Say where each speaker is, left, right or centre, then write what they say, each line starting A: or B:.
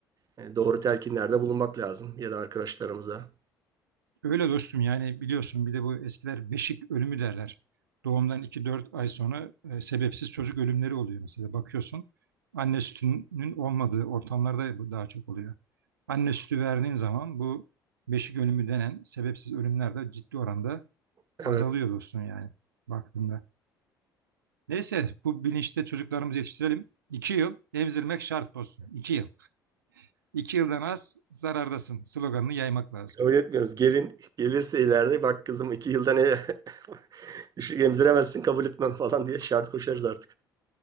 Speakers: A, on the right (about 35°); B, on the right (about 75°).
A: e, doğru telkinlerde bulunmak lazım ya da arkadaşlarımıza.
B: Öyle dostum yani biliyorsun bir de bu eskiler beşik ölümü derler. Doğumdan iki dört ay sonra e, sebepsiz çocuk ölümleri oluyor mesela. Bakıyorsun anne sütünün olmadığı ortamlarda bu daha çok oluyor. Anne sütü verdiğin zaman bu beşik ölümü denen sebepsiz ölümler de ciddi oranda
A: Evet,
B: azalıyor dostum yani baktığında. Neyse bu bilinçte çocuklarımızı yetiştirelim. İki yıl emzirmek şart dostum. İki yıl. İki yıldan az zarardasın sloganını yaymak lazım.
A: kabul etmiyoruz. Gelin gelirse ileride bak kızım iki yılda ne <laughs> düşük emziremezsin kabul etmem falan diye şart koşarız artık.